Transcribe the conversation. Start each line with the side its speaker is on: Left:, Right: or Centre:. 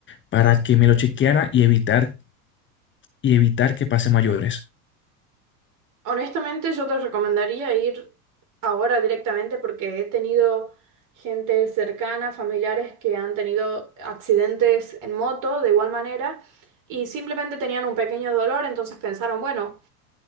Left: para que me lo chequeara y evitar y evitar que pase mayores.
Right: Honestamente, yo te recomendaría ir ahora directamente porque he tenido gente cercana, familiares que han tenido accidentes en moto de igual manera y simplemente tenían un pequeño dolor, entonces pensaron, bueno.